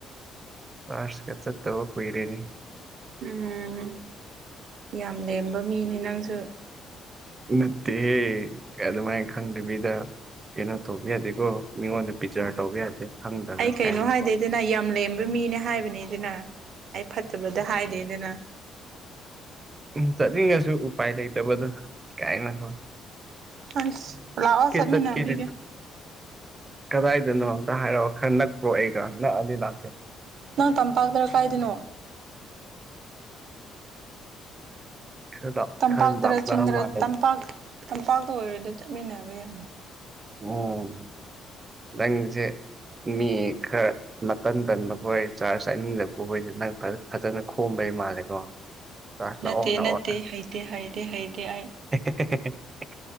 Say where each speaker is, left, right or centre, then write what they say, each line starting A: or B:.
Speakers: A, on the right; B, on the right.
A: ꯀ꯭ꯂꯥꯁ ꯀꯥ ꯆꯠꯇꯕ ꯀꯨꯏꯔꯦꯅꯦ
B: ꯎꯝ ꯌꯥꯝ ꯂꯦꯝꯕ ꯃꯤꯅꯦ ꯅꯪꯁꯨ
A: ꯅꯠꯇꯦꯍꯦ ꯑꯗꯨꯃꯥꯏꯅ ꯈꯪꯗꯕꯤꯗ ꯀꯩꯅꯣ ꯇꯧꯕ ꯌꯥꯗꯦꯀꯣ ꯃꯤꯉꯣꯟꯗ ꯕꯤꯖꯥꯔ ꯇꯧꯕ ꯌꯥꯗꯦ ꯈꯪꯗ꯭ꯔꯒ
B: ꯑꯩ ꯀꯩꯅꯣ
A: ꯀꯥꯏꯅꯀꯣ
B: ꯍꯥꯏꯗꯦꯗꯅ ꯌꯥꯝ ꯂꯦꯝꯕ ꯃꯤꯅꯦ ꯍꯥꯏꯕꯅꯤꯗꯅ ꯑꯩ ꯐꯠꯇꯕꯗ ꯍꯥꯏꯗꯦꯗꯅ
A: ꯎꯝ ꯆꯠꯅꯤꯡꯉꯁꯨ ꯎꯄꯥꯏ ꯂꯩꯇꯕꯗꯣ ꯀꯥꯏꯅꯣ ꯀꯣ
B: ꯑꯁ ꯂꯥꯛꯑꯣ ꯆꯠꯃꯤꯟꯅꯍꯟꯕꯤꯒꯦ
A: ꯆꯠꯀꯦꯗꯤ ꯀꯗꯥꯏꯗꯅꯣ ꯑꯝꯇ ꯍꯥꯏꯔꯛꯑꯣ ꯈꯔ ꯅꯛꯄ꯭ꯔꯣ ꯑꯩꯒ ꯅꯛꯑꯗꯤ ꯂꯥꯛꯀꯦ
B: ꯅꯪ ꯇꯝꯄꯥꯛꯇꯔ ꯀꯥꯏꯗꯅꯣ
A: ꯈꯔ ꯂꯥꯞ
B: ꯇꯝꯄꯥꯛꯇꯔ
A: ꯈꯔ ꯂꯥꯞꯅꯕ
B: ꯆꯤꯡꯗꯔ
A: ꯃꯥꯂꯦ
B: <inaudible> ꯇꯝꯄꯥꯛꯇ ꯑꯣꯏꯔꯗꯤ ꯆꯠꯃꯤꯟꯅꯕ ꯌꯥꯕ
A: ꯎꯝ ꯅꯪꯁꯦ ꯃꯤ ꯈꯔ ꯃꯇꯟ ꯇꯟꯕ ꯈꯣꯏ ꯆꯥꯔꯖ ꯆꯠꯅꯤꯡꯗꯕꯈꯣꯏꯁꯦ ꯅꯪ ꯐꯖꯅ ꯈꯣꯝꯕꯩ ꯃꯥꯜꯂꯦꯀꯣ ꯆꯥꯔꯖ ꯂꯥꯛꯑꯣ
B: ꯅꯠꯇꯦ
A: ꯂꯥꯛꯑꯣꯅ
B: ꯅꯠꯇꯦ ꯍꯩꯇꯦ ꯍꯩꯗꯦ ꯍꯩꯗꯦ ꯑꯩ
A: <unintelligible>